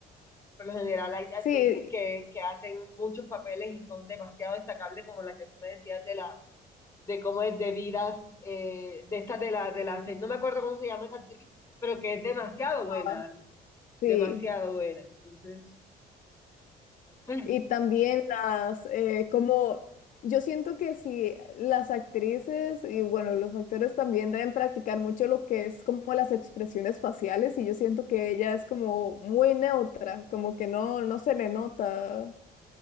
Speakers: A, on the left; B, on the left.
A: Por lo general hay actrices
B: Sí,
A: que, que hacen muchos papeles y son demasiado destacables como la que tú me decías de la, de cómo es de vidas, eh, de esta de la, de la, se- no me acuerdo cómo se llama esa actriz, pero que es demasiado buena,
B: ah, sí.
A: demasiado buena. Entonces, <clears throat> bueno,
B: Y también las, eh, como yo siento que si las actrices y bueno, los actores también deben practicar mucho lo que es como las expresiones faciales y yo siento que ella es como muy neutra, como que no, no se le nota